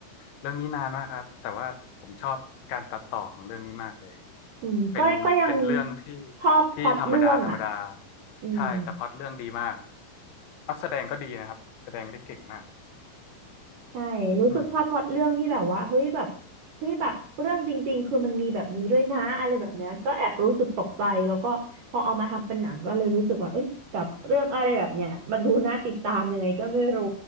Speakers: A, on the left; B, on the right.
A: เรื่องนี้นานมากครับแต่ว่าผมชอบการตัดต่อของเรื่องนี้มากเลย
B: อืมก็ก็ยัง
A: เป็นเป็นเรื่องที่
B: ชอบพล็อตเรื่องอ่ะ
A: ที่ธรรมดาธรรมดา
B: อืม
A: ใช่แต่พล็อตเรื่องดีมากนักแสดงก็ดีนะครับแสดงได้เก่งมาก
B: ใช่รู้สึกชอบพล็อตเรื่องที่แบบว่าเฮ้ยแบบ
A: อืม
B: เฮ้ยแบบเรื่องจริงๆ คือมันมีแบบนี้ด้วยนะอะไรแบบเนี้ยก็แอบรู้สึกตกใจแล้วก็พอเอามาทำเป็นหนังก็เลยรู้สึกว่าเอ้ยแบบเรื่องอะไรแบบเนี้ยมันดูน่าติดตามยังไงก็ไม่รู้